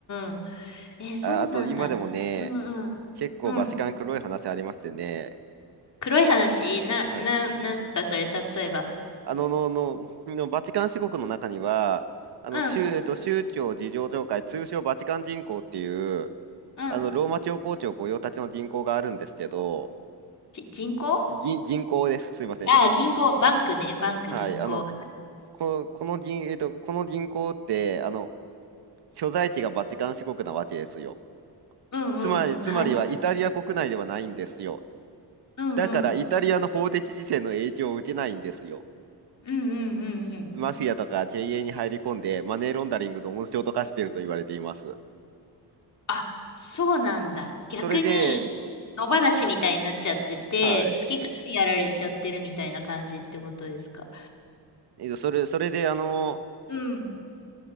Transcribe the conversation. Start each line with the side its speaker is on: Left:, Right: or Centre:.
Left: うん。えー、そうなんだ。
Right: あ、あと、今でもね、
Left: うんうん。
Right: 結構バチカン黒い話ありましてね、
Left: うん。黒い話な、
Right: はい。
Left: な、なんかそれ、例えば。
Right: あの、の、の、<laughs> のバチカン四国の中には、あの、
Left: うん、
Right: 宗、えっと、宗教事情協会、通称バチカン人口っていう、
Left: うん。
Right: あの、ローマ教皇庁御用達の人口があるんですけど、
Left: じ、人行？
Right: 人、人口です。すいません。
Left: ああ、銀行、バンクね、バンク、
Right: はい、
Left: 銀行。
Right: あの、こ、この銀、えっと、この銀行って、あの、所在地がバチカン市国なわけですよ。
Left: うんうんうん、
Right: つまり、つまりはイタリア国内ではないんですよ。
Left: はい。うんうん。
Right: だから、イタリアの法的事線の影響を受けないんですよ。
Left: うんうんうんうん。
Right: マフィアとか経営に入り込んで、マネーロンダリングの温床と化していると言われています。
Left: あ、そうなんだ。逆に、
Right: それで、
Left: 野放しみたいになっちゃってて、
Right: はい。
Left: 好き勝手やられちゃってるみたいな感じってことですか。
Right: えっと、それ、それで、あの、
Left: うん、